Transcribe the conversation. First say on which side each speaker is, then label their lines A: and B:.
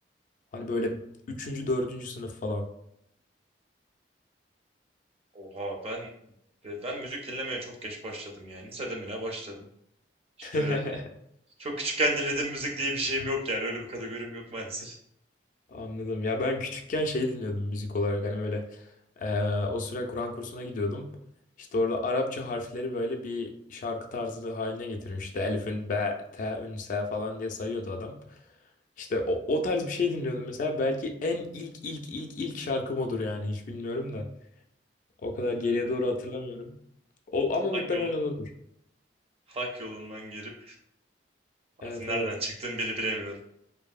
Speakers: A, on the left; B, on the right.
A: Hani böyle üçüncü, dördüncü sınıf falan.
B: Oha ben e, ben müzik dinlemeye çok geç başladım yani. Lisede mi ne başladım. İşte
A: <laughs>
B: öyle çok küçükken dinlediğim müzik diye bir şeyim yok yani. Öyle bir kategorim yok maalesef. <laughs>
A: Anladım. Ya ben küçükken şey dinliyordum müzik olarak hani böyle eee, o süre Kur'an kursuna gidiyordum. İşte orada Arapça harfleri böyle bir şarkı tarzı da haline getirmişti. Elif'ün be, te'ün, se falan diye sayıyordu adam. İşte o, o tarz bir şey dinliyordum mesela. Belki en ilk ilk ilk ilk şarkım odur yani hiç bilmiyorum da. O kadar geriye
B: Ee,
A: doğru hatırlamıyorum. O, ama
B: hak
A: muhtemelen
B: yolu,
A: odur.
B: hak yolundan girip artık
A: Evet
B: nereden
A: evet.
B: çıktığımı bile bilemiyorum.